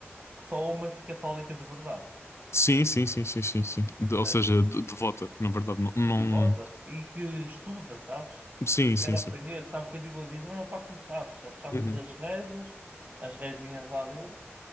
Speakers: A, on the right (about 35°); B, on the left (about 75°).
A: só uma que é católica de verdade.
B: Sim, sim, sim, sim, sim, sim. De- ou
A: percebes?
B: seja, de- devota, na verdade, não, não-
A: devota e que estuda, sabes?
B: Sim,
A: Quer
B: sim,
A: aprender,
B: sim.
A: sabe o que a Bíblia diz, a maior parte não sabe, sabes? Sabe
B: Uhum.
A: fazer as rezas, as rezinhas lá deles